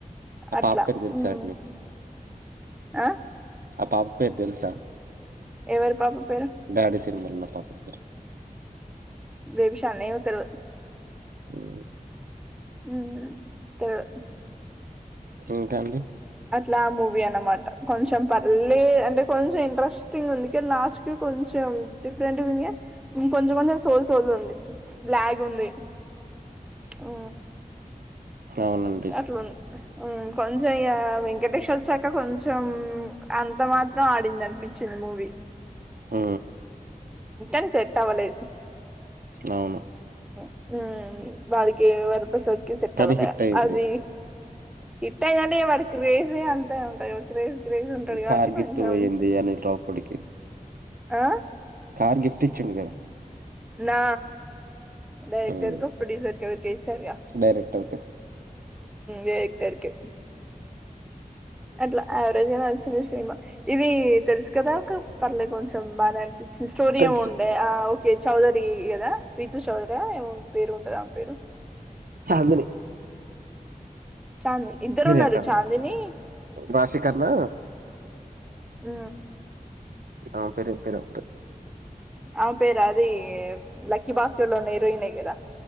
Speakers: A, on the right; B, in the centre.
A: ఆ
B: అట్లా
A: పాప పేరు తెలుసా
B: ఉమ్
A: అండి?
B: ఆ
A: ఆ పాప పేరు తెలుసా
B: ఎవరి పాప పేరు
A: డాడి తిరుమలన్న పాపపేరు
B: బేబీశామలి నాకు తెల్వదు
A: <inaudible>
B: ఉమ్
A: ఇంకా అండి
B: లా మూవీ అన్నమాట కొంచెం పర్లి అంటే కొంచెం ఇంట్రెస్ట్ స్ంగ్ ఉంది ఇం లాస్ట్ క కొంచెం డిఫరెంట్ంకా కొంచెం కొంచెం సోది సోది ఉంది లాగ్ ఉంది ఆ
A: అవునండి
B: అట్లాంది కొంచెం ఇ వెంకటేష్ వచ్చాక కొంచం కొంచం అంత మాత్రం ఆడింది అనిపించింది మూవీ
A: ఆ
B: న్ సెట్ అవలేదు
A: అవును
B: ఉ బడికి వర ప్రస సిట్టమద
A: కానీ హిట్ అయింది.
B: అది ఇట్టాంటడి వాటి క్రేజీ అంతా ఉంటాయి క్రేజ్ క్రేజ్ ఉంటది కాబట్టి
A: కార్ గిఫ్ట్
B: కొంచెం
A: పోయింది అనిల్ రావు పూడికి
B: ఆ
A: కార్ గిఫ్ట్ ఇచ్చిండి కదా
B: నా డైరెక్టర్
A: హ్మ్.
B: కో ప్రొడ్యూసర్ ఎవర్కో ఇచ్చారుక
A: డైరెక్టర్‌కి.
B: డైరెక్టర్ కె అట్లా యావరేజ్ అనా వచ్చిన సినిమా ఇది తెలుసు కదా ఒక పర్లే కొంచెం బాగానే అనిపింది స్టోరి
A: తెలుసు
B: ఉండే చౌదరి కదా రిజు చౌదరి ఏమ పేరు ఉంటదా ఆ పేరు
A: చందని
B: చాందిని ఇద్దరు ఉన్నారు
A: అంటాన్న.
B: చాందిని
A: రాశిఖన్నా
B: ఆ
A: ఆ పెరి పెరు ఉంట
B: ఆమె పేరు అది లక్కీ భాస్కర్ లో ఉన్న హీరోయిన్ ఏ కదా